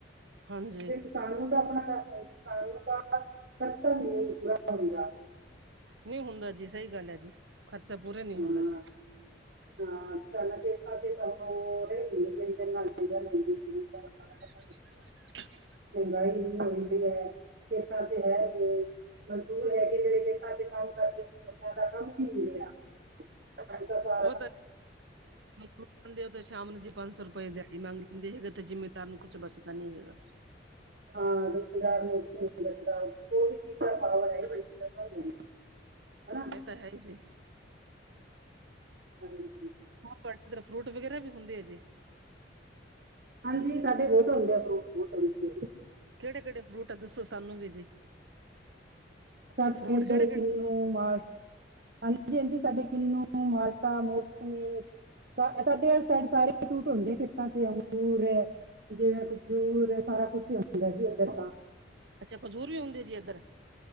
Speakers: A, on the right (about 80°); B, on the right (about 55°).
A: ਹਾਂਜੀ।
B: ਸਾਨੂੰ ਤਾਂ ਅਪਣਾ ਜੀ ਸਾਨੂੰ ਤਾਂ ਖਰਚਾ ਵੀ ਨੀ ਨਿਕਲਦਾ। <unintelligible>
A: ਨਈ ਹੁੰਦਾ ਜੀ ਸਈ ਗੱਲ ਐ ਜੀ ਖਰਚਾ ਪੂਰਾ ਨੀ
B: ਹਾਂ
A: ਹੁੰਦਾ ਜੀ।
B: ਹਾਂ, ਪੈਲਾਂ ਖੇਤਾਂ ਚ <unintelligible>
A: <inaudible>
B: ਮਹਿੰਗਾਈ ਵੀ ਹੋਈ ਪਈ ਐ, ਖੇਤਾਂ ਤੇ ਹੈ ਵੀ ਮਜ਼ਦੂਰ ਹੈਗੇ ਜੇੜੇ ਖੇਤਾਂ ਚ ਕੰਮ ਕਰਦੇ ਸੀ ਉਨਾ ਦਾ ਕੰਮ ਕੀ ਮਿਲਿਆ। <unintelligible>
A: ਉਹ ਤਾਂ ਮਜ਼ਦੂਰ ਜਾਂਦੇ ਓਤੇ ਸ਼ਾਮ ਨੂੰ ਜੀ ਪੰਜ ਸੌ ਰੁਪਏ ਦਿਆੜੀ ਮੰਗ ਲੈਂਦੇ ਹੈਗੇ ਤੇ ਜਿਮੀਦਾਰ ਨੂੰ ਕੁਛ ਬਚਦਾ ਨੀ ਹੈਗਾ।
B: ਹਾਂ। ਦਾ ਉਹ ਵੀ ਚੀਜ਼ ਦਾ ਪਾਵਰ ਹੈ ਇਹ ਜਮਾਂ ਨਹੀਂ ਹਨਾ
A: ਏ ਤਾਂ ਹੈਈ ਜੀ।
B: ਹਾਂਜੀ
A: ਹ <unintelligible> ਫਰੂਟ ਵਗੈਰਾ ਵੀ ਹੁੰਦੇ ਆ ਜੀ।
B: ਹਾਂਜੀ, ਸਾਡੇ ਬੌਤ ਹੁੰਦੇ ਆ ਫਰੂਟ ਬੌਤ ਹੁੰਦੇ ਐ।
A: ਕੇੜੇ-ਕੇੜੇ ਫਰੂਟ ਆ ਦੱਸੋ ਸਾਨੂੰ ਵੀ ਜੀ।
B: ਸਾਡੇ
A: ਫਰੂਟ
B: ਇਧਰ
A: ਕਿਹੜੇ ਕਿਹੜੇ
B: ਕਿਨੂੰ ਮਾਲ ਹਾਂਜੀ-ਹਾਂਜੀ, ਸਾਡੇ ਕਿਨੂੰ, ਮਾਲਟਾ, ਮੌਸਮੀ ਸਾ ਸਾਡੇ ਆਲ ਸਾਈਡ ਸਾਰੇ ਫਰੂਟ ਹੁੰਦੇ ਆ ਖੇਤਾਂ ਚ ਅੰਗੂਰ ਜਿਵੇਂ ਖਜੂਰ ਸਾਰਾ ਕੁਛ ਈ ਹੁੰਂਦਾ ਜੀ ਇੱਧਰ ਤਾਂ।
A: ਅੱਛਾ, ਖਜੂਰ ਵੀ ਹੁੰਦੀ ਜੀ ਇੱਧਰ।